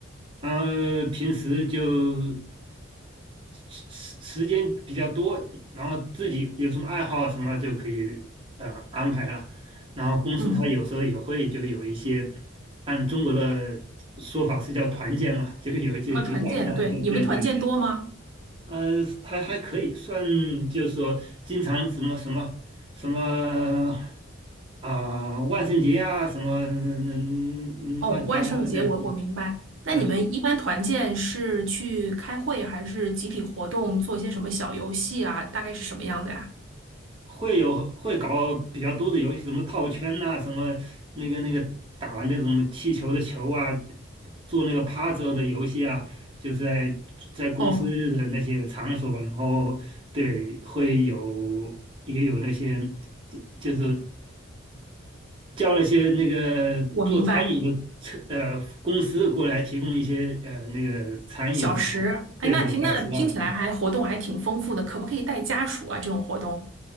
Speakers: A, on the right; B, on the right.
A: 然后平时就时时间比较多，然后自己有什么爱好什么就可以呃安排了。然后公司它有时候也会就有一些，
B: 嗯，
A: 按中国的说法是叫团建嘛，就有一些节假日啊对对对，
B: 然后团建，对，你们团建多吗？
A: 呃，还还可以算，就是说经常什么什么什么啊、万圣节啊，什么嗯嗯嗯乱七八糟的，
B: 哦，万圣节我我明白。
A: 嗯。嗯。
B: 那你们一般团建是去开会，
A: 呃
B: 还是集体活动，做些什么小游戏啊？大概是什么样的呀？
A: 会有会搞比较多的游戏，什么套圈呐、什么那个那个打那种气球的球啊，做那个趴着的游戏啊，就是在在公司的那些场所，
B: 哦，
A: 然后对会有也有那些就就是叫那些那个做餐饮的车呃公司过来提供一些呃那个餐饮啊，
B: 我明白。小时，
A: 然后对对小吃啊，
B: 哎，那听那听起来还活动还挺丰富的，可不可以带家属啊？这种活动